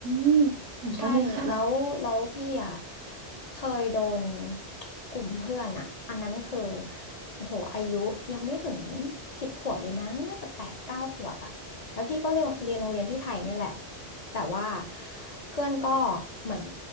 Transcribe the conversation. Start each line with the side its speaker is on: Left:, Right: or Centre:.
Right: มเหมือนกันเลยค่ะ
Left: ใช่แล้วแล้วพี่อ่ะเคยโดนกลุ่มเพื่อนอ่ะอันนั้นคือโอ้โหอายุยังไม่ถึงสิบขวบเลยมั้งน่าจะแปดเก้าขวบอ่ะแล้วพี่ก็เรียนเรียนโรงเรียนที่ไทยเนี่ยแหละแต่ว่าเพื่อนก็เหมือน